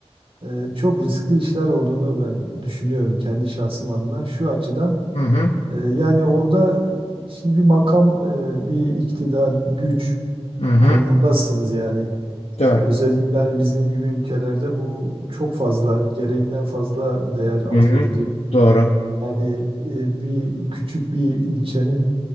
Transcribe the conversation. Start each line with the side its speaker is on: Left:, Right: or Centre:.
Right: e, çok riskli işler olduğunu ben düşünüyorum kendi şahsım adına. Şu açıdan
Left: Hı hı.
Right: e, yani orada e, şimdi bir makam, e, bir iktidar, güç
Left: Hı hı.
Right: konumundasınız yani.
Left: Doğru.
Right: Özellikle hani bizim gibi ülkelerde bu çok fazla, gereğinden fazla değer atfediliyor.
Left: Hı hı. Doğru.
Right: Yani e, bir küçük bir ilçenin